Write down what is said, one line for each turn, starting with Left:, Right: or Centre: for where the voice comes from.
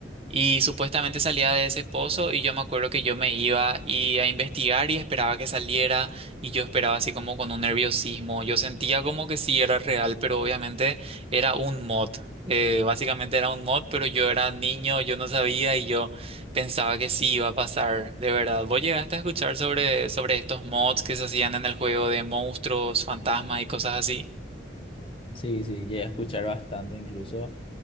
Right: Y supuestamente salía de ese pozo y yo me acuerdo que yo me iba y a investigar y esperaba que saliera y yo esperaba así como con un nerviosismo. Yo sentía como que sí era real, pero obviamente era un mod. Eh, básicamente era un mod, pero yo era niño, yo no sabía y yo pensaba que sí iba a pasar, de verdad. ¿Vos llegaste a escuchar sobre, sobre estos mods que se hacían en el juego de monstruos, fantasmas y cosas así?
Left: Sí, sí, llegué a escuchar bastante incluso.